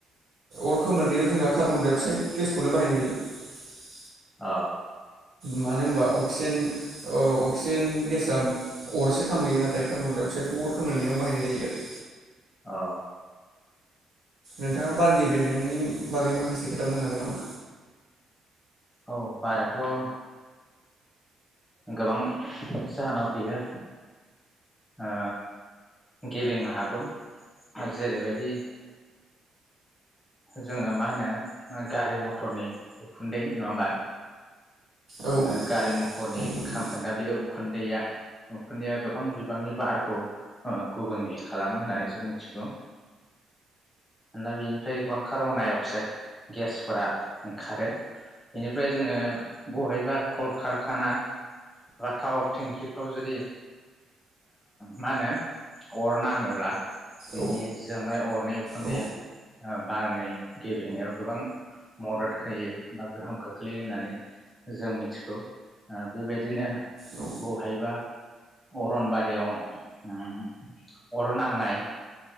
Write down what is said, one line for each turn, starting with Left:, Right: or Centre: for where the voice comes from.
Right: अर खोमोरनायाव जोंहा कार्बनडाइ अक्साइड गेसखौनो बाहायनाय जायो।
Centre: औ।
Right: मानो होनबा अक्सिजेन अक्सिजेन गेसआ अरसो खामहैयो नाथाय कार्बन डाइ अक्साइदखौ अर खोमोरनायाव बाहायनाय जायो आरो।
Centre: औ।
Right: नोंथाङा बार गेब्रेंनायनि बागै माखासे खोथा बुंनो हागोन नामा।
Centre: औ बाराथ'। गोबां जाहोनाव बियो ओ गेबेंनो हागौ जेरैबायदि जोङो मा होनो गारि मथरनि उखुन्दै नङा होमबा।
Right: औ
Centre: ओ गारि म मथरनि
Right: औ नंगौ
Centre: खामखोन्दा बे उखुन्दैया उखुन्दैआ गोबां बिबांनि बारखौ ओ गुबुंले खालामो होननानै जों मिथिगौ दा बेनिफ्राय गोबां कार्बन डाइ अक्साइड गेसफोरा ओंखारो बेनिफ्राय जोङो बहाय बा कल कारखाना बा टावार थेंखिफ्राव ओ जुदि मा होनो अर नाङोब्ला बिनि
Right: औ
Centre: जोंनाय अरनि उखुन्दैया
Right: औ
Centre: बारनै गेब्रेंनायाव गोबां मदद होयो बा गोहोम खोख्लैयो होननानै जों मिथिगौ बेबायदिनो
Right: औ
Centre: बहायबा अरनबारियाव अर ओ नांनाय।